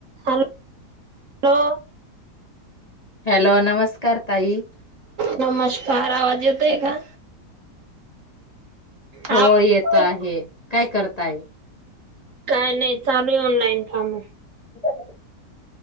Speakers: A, on the right; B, on the left.
A: Hello hello
B: hello नमस्कार ताई
A: नमस्कार आवाज येतोय का
B: हो
A: आवाज
B: येत आहे काय करत ताय
A: काय नाही चालू आहे ऑनलाईन कामं
B: <unintelligible>